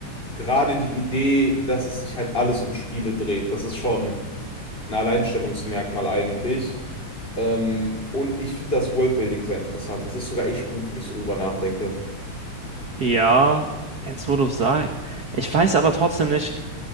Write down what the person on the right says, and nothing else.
Ja, jetzt wo du es sagst, ich weiß aber trotzdem nicht.